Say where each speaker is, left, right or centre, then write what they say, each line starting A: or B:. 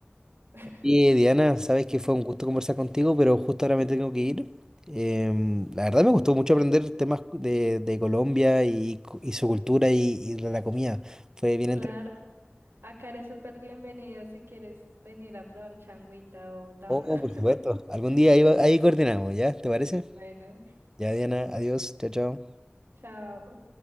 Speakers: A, on the right (about 65°); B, on the right (about 15°).
A: <laughs>
B: Y Diana, sabes que fue un gusto conversar contigo, pero justo ahora me tengo que ir. Em, la verdad me gustó mucho aprender temas de, de Colombia y, cu- y su cultura y, y de la comida. Fue bien
A: Claro.
B: entretenido.
A: Acá eres súper bienvenido si quieres venir a probar changuita o tamal.
B: Oh,
A: <laughs>
B: por supuesto. Algún día ahí, va- ahí coordinamos, ¿ya? ¿Te parece?
A: Bueno,
B: Ya, Diana, adiós, chao, chao.
A: chao.